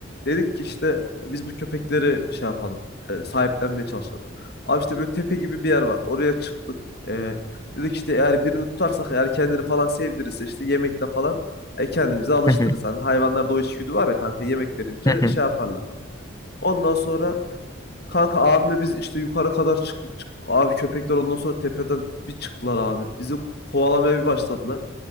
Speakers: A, on the left (about 50°); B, on the left (about 15°).
A: Dedik ki işte e, biz bu köpekleri şey yapalım. e, sahiplenmeye çalışalım. Abi işte böyle tepe gibi bir yer var. Oraya çıktık. Ee, dedik işte eğer birini tutarsak eğer kendini falan sevdirirse işte yemekle falan e, kendimizi alıştırırız.
B: Hı hı,
A: Hani hayvanlarda o içgüdü var ya kanka yemek verince
B: hı hı.
A: şey yaparlar. Ondan sonra kanka abimle biz işte yukarı kadar çıktık çıktık. Abi köpekler ondan sonra tepeden bir çıktılar abi. Bizi kovalamaya bir başladılar.